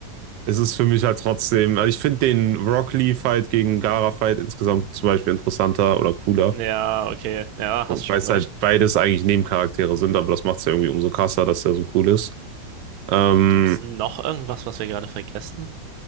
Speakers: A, on the right; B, on the right.
A: es ist für mich halt trotzdem. Also ich finde den Rock Lee-Fight gegen Gaara-Fight insgesamt zum Beispiel interessanter oder cooler.
B: Ja, okay, ja,
A: Weil
B: hast schon
A: es
B: recht.
A: halt beides eigentlich Nebencharaktere sind, aber das macht es ja irgendwie umso krasser, dass der so cool ist. Ähm,
B: Gibt's noch irgendwas, was wir gerade vergessen?